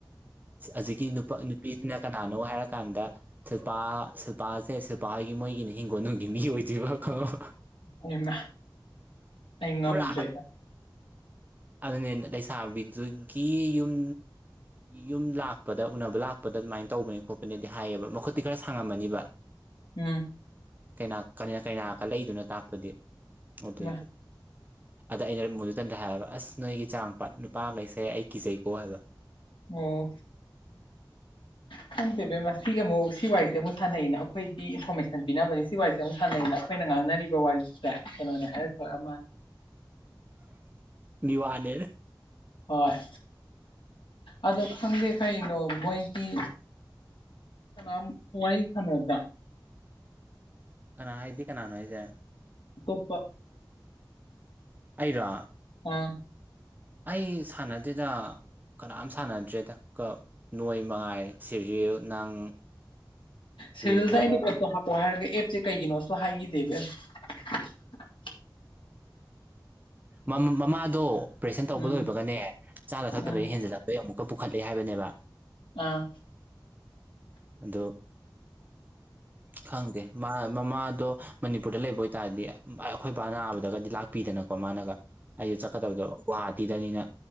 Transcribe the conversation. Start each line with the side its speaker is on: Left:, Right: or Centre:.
Right: ꯑꯖꯤꯒꯤ ꯅꯨꯄꯥ ꯅꯨꯄꯤꯗꯨꯅ ꯀꯅꯥꯅꯣ ꯍꯥꯏꯔꯛ ꯀꯥꯟꯗ ꯁꯤꯜꯄꯥ ꯁꯤꯜꯄꯥꯁꯦ ꯁꯤꯜꯄꯥ ꯍꯣꯏꯒꯤ ꯃꯣꯏꯒꯤꯅꯤ ꯍꯤꯡꯒꯣꯜꯅꯨꯡꯒꯤ ꯃꯤ ꯑꯣꯏꯗꯣꯏꯕ ꯈꯪꯑꯕ
Left: ꯑꯩꯃꯥ ꯑꯩ ꯉꯝꯗ꯭ꯔꯦꯗ
Right: ꯄꯨꯔꯥ ꯑꯗꯨꯅꯦ ꯂꯩꯁꯥꯕꯤꯗꯨꯒꯤ ꯌꯨꯝ ꯌꯨꯝ ꯂꯥꯛꯄꯗ ꯎꯅꯕ ꯂꯥꯛꯄꯗ ꯑꯗꯨꯃꯥꯏꯅ ꯇꯧꯕꯅꯦ ꯈꯣꯠꯄꯅꯦꯗꯤ ꯍꯥꯏꯌꯦꯕ ꯃꯈꯨꯠꯇꯤ ꯈꯔ ꯁꯥꯡꯉꯝꯃꯅꯤꯕ
Left: ꯎꯝ
Right: ꯀꯩꯅ ꯀꯩꯅ ꯀꯠꯂꯛ ꯢꯗꯨꯅ ꯇꯥꯛꯄꯗꯤ ꯑꯗꯨꯒꯤ
Left: ꯃꯥ
Right: ꯑꯗ ꯑꯩꯅ ꯃꯨꯗꯨꯆꯟꯗꯔꯗ ꯍꯥꯏꯕ ꯑꯁ ꯅꯣꯏꯒꯤ ꯀꯆꯥꯡꯄꯥꯠ ꯅꯨꯄꯥ ꯂꯩꯁꯩ ꯑꯩ ꯀꯤꯖꯩꯀꯣ ꯍꯥꯏꯕ
Left: ꯑꯣ ꯈꯪꯗꯦ ꯢꯕꯦꯝꯃ ꯁꯤ ꯑꯃꯨꯛ ꯁꯤ ꯋꯥꯏꯁꯦ ꯑꯃꯨꯛ ꯁꯥꯟꯅꯩꯅ ꯑꯩꯈꯣꯏꯒꯤ ꯏꯟꯐꯣꯔꯃꯦꯁꯟ ꯄꯤꯅꯕꯅꯦ ꯁꯤ ꯋꯥꯏꯁꯦ ꯑꯃꯨꯛ ꯁꯥꯟꯅꯩꯅ ꯑꯩꯈꯣꯏ ꯑꯩꯈꯣꯢꯅ ꯉꯥꯡꯅꯔꯤꯕ ꯋꯥꯔꯤꯁꯦ ꯀꯩꯅꯣꯅꯦ ꯍꯥꯏꯔꯛꯇꯧ ꯃꯟꯂꯦ
Right: ꯃꯤꯋꯥꯅꯦ
Left: ꯍꯣꯏ ꯑꯗꯣ ꯈꯥꯗꯦ ꯀꯩꯅꯣ ꯃꯣꯏꯒꯤ ꯀꯅꯝ ꯋꯥꯔꯤ ꯁꯟꯅꯗ꯭ꯔꯥ
Right: ꯀꯅꯥ ꯑꯩꯗꯤ ꯀꯅꯥꯅꯣ ꯑꯩꯁꯦ
Left: ꯇꯣꯞꯄ
Right: ꯑꯩꯔꯣ
Left: ꯑ
Right: ꯑꯩ ꯁꯥꯟꯅꯗꯦꯗ ꯀꯅꯥꯝ ꯁꯥꯟꯅꯗ꯭ꯔꯦꯗ ꯀ ꯅꯣꯏ ꯃꯉꯥꯏꯔꯦ ꯁꯤꯔꯤꯌꯦꯜ ꯅꯪ
Left: ꯁꯤꯔꯤꯌꯦꯜꯗ
Right: ꯂꯤꯟꯊꯔ
Left: ꯑꯩꯅ ꯀ꯭ꯂꯕꯇꯣ ꯍꯥꯥꯞꯄꯛꯑꯣ ꯍꯥꯢꯔꯅꯤ ꯑꯦꯞꯁꯦ ꯀꯩꯒꯤꯅꯣꯁꯨ ꯍꯥꯏꯈꯤꯗꯦ ꯏꯕꯦꯝꯃ
Right: ꯃꯝ ꯃꯃꯥꯗꯣ ꯑꯣꯄꯔꯦꯁꯟ ꯇꯧꯕ
Left: ꯎꯝ
Right: ꯂꯣꯏꯕꯒꯅꯦ ꯆꯥꯅ ꯊꯛꯇꯕꯒꯤ
Left: ꯎꯝ
Right: ꯍꯦꯟꯖꯜꯂꯛꯄꯩ ꯑꯃꯨꯛ ꯄꯨꯈꯠꯂꯦ ꯍꯥꯏꯕꯅꯦꯕ
Left: ꯑꯥ
Right: ꯑꯗꯣ ꯈꯪꯗꯦ ꯃꯥ ꯃꯃꯥꯗꯣ ꯃꯅꯤꯄꯨꯔꯗ ꯂꯩꯕ ꯑꯣꯏꯇꯥꯔꯗꯤ ꯑꯩꯈꯣꯏ ꯕꯥ ꯅꯥꯕꯗꯒꯗꯤ ꯂꯥꯛꯄꯤꯗꯅꯀꯣ ꯃꯃꯥꯅꯒ ꯑꯩꯁꯨ ꯆꯠꯀꯗꯕꯗꯣ ꯒꯨꯍꯥꯇꯤꯗꯅꯤꯅ